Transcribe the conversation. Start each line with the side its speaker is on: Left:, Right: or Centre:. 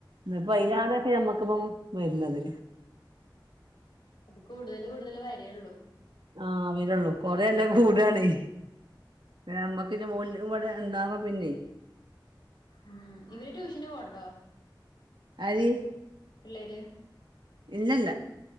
Right: ഇപ്പ അയിലേറൊക്കെ നമ്മക്ക് പ്പം വര്ന്നത്
Left: അത് കൂടുതൽ കൂടുതൽ വരേള്ളൂ
Right: ആ വരുള്ളൂ കൊറെല്ലാ കൂടാണേ നമ്മക്ക് <unintelligible> ഇവിടെ എന്താവാ പിന്നെ
Left: ഉം ഇവര് ട്യൂഷന് പോണ്ടോ
Right: ആര്
Left: വര്
Right: ഇല്ലല്ല